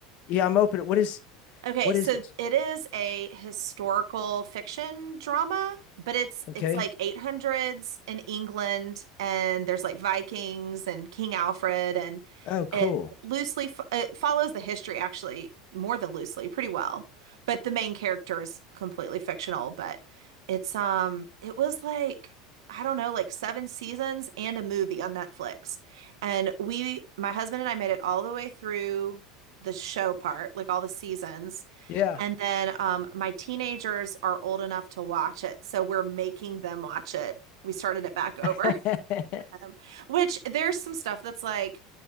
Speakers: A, on the left; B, on the right.
A: yeah, I'm open. What is
B: Okay,
A: what
B: so
A: is this?
B: it is a historical fiction drama, but it's
A: Okay.
B: it's like 800s in England and there's like Vikings and King Alfred and
A: Oh, cool.
B: it loosely fo it follows the history actually more than loosely, pretty well. But the main character is completely fictional, but it's um it was like I don't know, like seven seasons and a movie on Netflix. And we, my husband and I made it all the way through the show part, like all the seasons.
A: Yeah.
B: And then um, my teenagers are old enough to watch it, so we're making them watch it. We started it back over,
A: <laughs>
B: <laughs> um, which there's some stuff that's like